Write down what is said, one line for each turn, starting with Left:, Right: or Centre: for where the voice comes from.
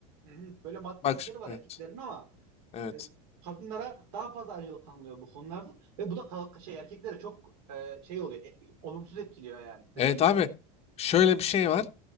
Right: Hı hı. böyle maddi
Left: Bak.
Right: yükleri
Left: ş-
Right: var
Left: Evet.
Right: erkeklerin ama
Left: Evet.
Right: e, kadınlara daha fazla ayrıcalık tanınıyor bu konularda ve bu da ka- şey erkeklere çok e, şey oluyor e, e, olumsuz etkiliyor yani dediğin
Left: Evet
Right: gibi.
Left: abi. Şöyle bir şey var.